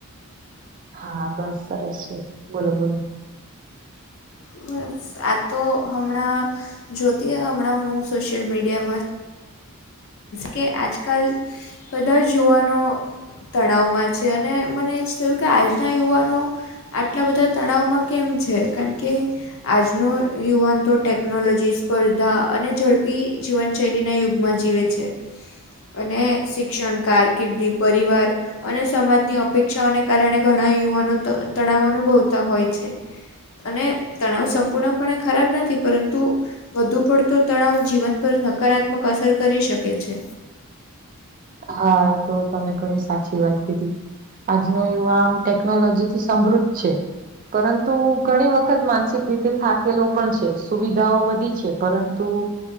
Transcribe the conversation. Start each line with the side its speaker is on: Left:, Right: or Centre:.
Right: હા બસ સરસ છે બોલો બોલો.
Left: બસ આ તો હમણાં જોતી હમણાં હું સોશિયલ મીડિયામાં કે આજકાલ બધા યુવાનો તણાવમાં છે અને મને એ જ થયું કે આજના યુવાનો આટલા બધા તણાવમાં કેમ છે કારણ કે આજનો યુવાન તો ટેકનોલોજી સ્પર્ધા અને ઝડપી જીવનશૈલીના યુગમાં જ જીવે છે અને શિક્ષણ કારકિર્દી પરિવાર અને સમાજની અપેક્ષાઓને કારણે ઘણા યુવાનો તણાવ અનુભવતા હોય છે. અને તણાવ સંપૂર્ણપણે ખરાબ નથી પરંતુ વધુ પડતો તણાવ જીવન પર નકારાત્મક અસર કરી શકે છે.
Right: હા તો તમે ઘણી સાચી વાત કીધી. આજનો યુવા આમ ટેકનોલોજી થી સમૃદ્ધ છે. પરંતુ ઘણી વખત માનસિક રીતે થાકેલો પણ છે સુવિધાઓ વધી છે પરં તું